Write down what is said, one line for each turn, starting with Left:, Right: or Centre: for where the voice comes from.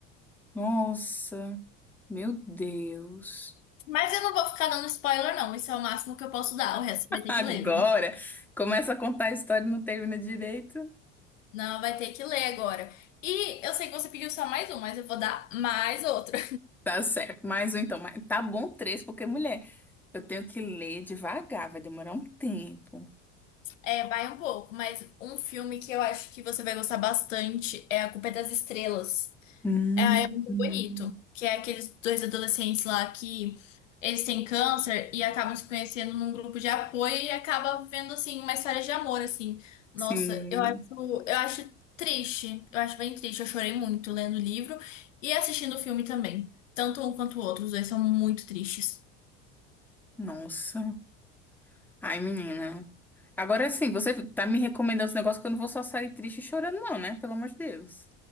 Centre: Nossa, meu Deus.
Left: Mas eu não vou ficar dando spoiler, não. Esse é o máximo que eu posso dar. O resto você vai ter
Centre: Agora
Left: que ler. viu?
Centre: começa a contar a história e não termina direito.
Left: Não, vai ter que ler agora. E eu sei que você pediu só mais um, mas eu vou dar mais outro.
Centre: Tá certo. Mais um então. Mas Tá bom três, porque, mulher, eu tenho que ler devagar, vai demorar um tempo.
Left: É, vai um pouco, mas um filme que eu acho que você vai gostar bastante é A Culpa é das Estrelas.
Centre: Hum,
Left: É, é muito
Centre: hum.
Left: bonito, que é aqueles dois adolescentes lá que eles têm câncer e acabam se conhecendo num grupo de apoio e acaba vivendo assim uma história de amor assim. Nossa,
Centre: sim.
Left: eu acho, eu acho triste, eu acho bem triste. Eu chorei muito lendo o livro e assistindo o filme também. Tanto um quanto o outro, os dois são muito tristes.
Centre: Nossa. Ai, menina. Agora sim, você tá me recomendando os negócios que eu não vou só sair triste e chorando, não, né? Pelo amor de Deus.